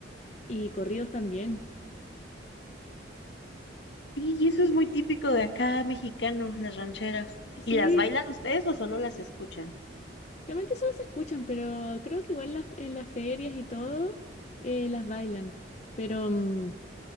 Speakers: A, on the left; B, on the left.
A: y corridos también.
B: Sí, y eso es muy típico de acá, mexicanos, las rancheras.
A: Sí.
B: ¿Y las bailan ustedes o solo las escuchan?
A: Realmente solo se escuchan, pero creo que igual las, en las ferias y todo eh, las bailan. Pero, mm,